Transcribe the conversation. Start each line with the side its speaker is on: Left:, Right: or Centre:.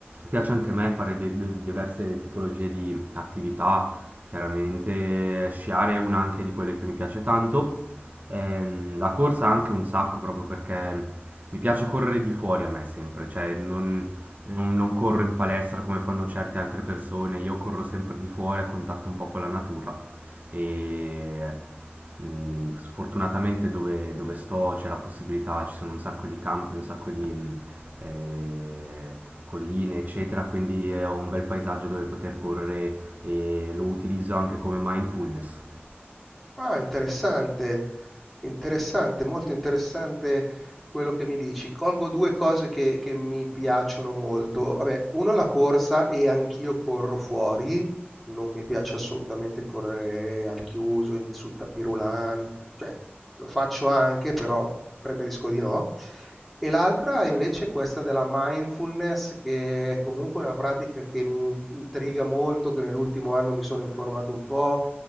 Right: piace anche a me fare de- de- diverse tipologie di attività. Chiaramente eh, sciare è una anche di quelle che mi piace tanto. Ehm, la corsa anche un sacco proprio perché mi piace correre di fuori a me sempre, cioè non, non- non corro in palestra come fanno certe altre persone, io corro sempre di fuori a contatto un po' con la natura. E Mm, Sfortunatamente dove, dove sto c'è la possibilità, ci sono un sacco di campi, un sacco di, mm, eh, colline, eccetera, quindi eh, ho un bel paesaggio dove poter correre e lo utilizzo anche come mindfulness.
Centre: Ah, interessante, interessante, molto interessante quello che mi dici. Colgo due cose che, che mi piacciono molto. Vabbè, uno è la corsa e anch'io corro fuori. Non mi piace assolutamente correre al chiuso, in- sul tapis roulant, cioè lo faccio anche, però preferisco di no. E l'altra invece è questa della mindfulness, che è comunque una pratica che mi intriga molto, che nell'ultimo anno mi sono informato un po',